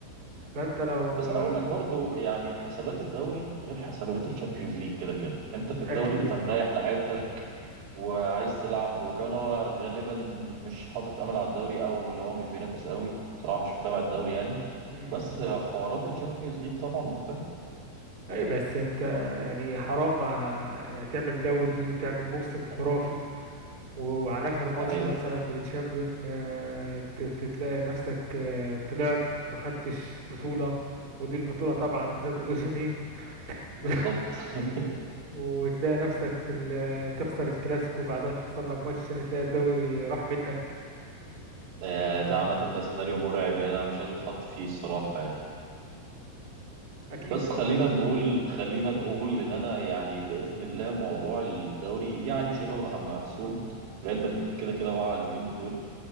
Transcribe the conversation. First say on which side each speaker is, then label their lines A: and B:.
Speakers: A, on the right; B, on the right.
A: فانت لو
B: بس
A: آه،
B: انا اقول لك برضو يعني حسابات الدوري غير حسابات الشامبيونز ليج كده كده انت في
A: اكيد
B: الدوري انت مريح
A: طبعا
B: لعيبتك وعايز تلعب وكمان هو غالبا مش حاطط امل على الدوري او اللي هو مش بينافس قوي بصراحة مش متابع الدوري يعني
A: مم.
B: بس حوارات الشامبيونز ليج طبعا مختلفة
A: اي بس انت يعني حرام ما- تعمل دوري تعمل موسم خرافي وعلى اخر ماتش
B: ده حقيقة
A: مثلا في التشامبيون آه، ت- تتلاقي نفسك آه، طلعت ما خدتش بطولة ودي البطولة طبعا ذات الاذنين
B: بالظبط
A: <laughs>
B: <laughs>
A: وتلاقي نفسك في ال- تخسر الكلاسيكو بعدها تخسر لك ماتش عشان تلاقي الدوري راح منك
B: آه،
A: آه،
B: ده عامة ده سيناريو مرعب يعني انا مش عايز اتحط فيه الصراحة يعني
A: اكيد
B: بس
A: طبعا
B: خلينا نقول خلينا نقول ان انا يعني باذن الله موضوع الدوري يعني شبه محسوم ريال مدريد كده كده وقع اليومين دول